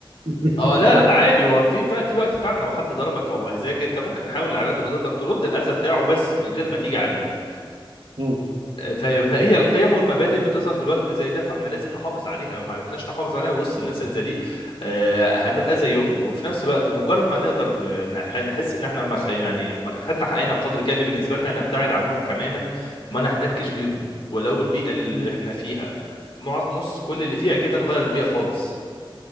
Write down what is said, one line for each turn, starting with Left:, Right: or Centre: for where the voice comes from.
Right: <laughs>
Left: اه لا لا عادي هو في ف- في وقت فعلا لو حد ضربك او اذاك انت ممكن تحاول على قد ما تقدر ترد الاذى بتاعه بس من غير ما تيجي عليه
Right: مم.
Left: فهي فهي القيم والمبادئ بتظهر في الوقت اللي زي ده فاحنا لازم نحافظ عليها لو ما عرفناش نحافظ عليها وسط الناس اللي زي دي آه، هنبقى زيهم وفي نفس الوقت مجرد ما نقدر آه، نح- نحس ان احنا ما خ- يعني ما خدنا حقنا بقدر كافي بالنسبه لنا نبتعد عنهم تماما وما نحتكش بيهم ولو البيئه اللي
Right: مم.
Left: احنا فيها معظم نص كل اللي فيها كده نغير البيئه خالص